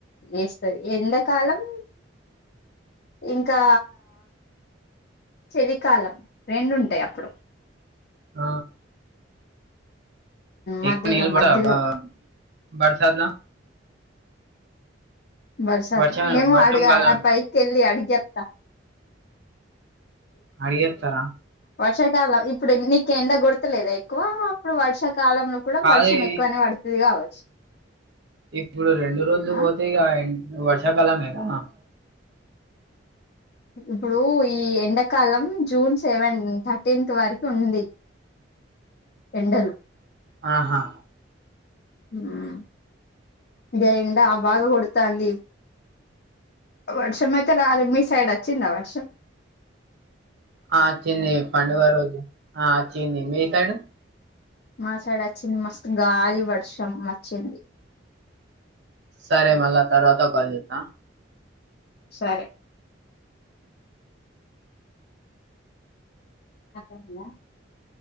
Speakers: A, on the left; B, on the right.
A: ఏస్తది ఎండాకాలం ఇంకా చలి కాలం రెండు ఉంటాయ్ అప్పుడు
B: ఆ
A: మధ్యలో
B: ఎక్కువ నీళ్లు బడవా
A: మధ్యలో
B: బా బడ్ సద్లా
A: బర్సాద్లా
B: వర్షం
A: ఏమో
B: వర్షం
A: అడగ
B: కాలం
A: ఆ పైక్ ఎల్లి అడి చెప్త
B: అడిగేత్తరా?
A: వర్షాకాలం ఇప్పుడు నీకెండ గొడుతు త్ లేదా ఎక్కువ అప్పుడు వర్షప్ కాలంలో కూడా
B: కాదు
A: వర్షం
B: ఈ
A: ఎక్కువనే పడుతది కావచ్చు
B: ఇప్పుడు రెండు రోజులు
A: ఆ
B: పోతే ఈగయన్ మ్మ్ వర్షాకాలం <unintelligible>
A: ఇప్పుడు ఈ ఎండాకాలం జూన్ సెవెన్ థర్టీన్త్ వారికి ఉంది ఎండలు
B: ఆహా
A: మ్మ్ ఇగ ఎండ బాగా కొడుతంది వర్షం అయితే రాలే మీ సైడ్ వచ్చిందా వర్షం
B: ఆ వచ్చింది పండుగ రోజు ఆ వచ్చింది మీ సైడ్
A: మా సైడ్ వచ్చింది మస్తు గాలి వర్షం వచ్చింది
B: సరే మళ్ళ తర్వాత కాల్ చెత్త
A: సరే <unintelligible>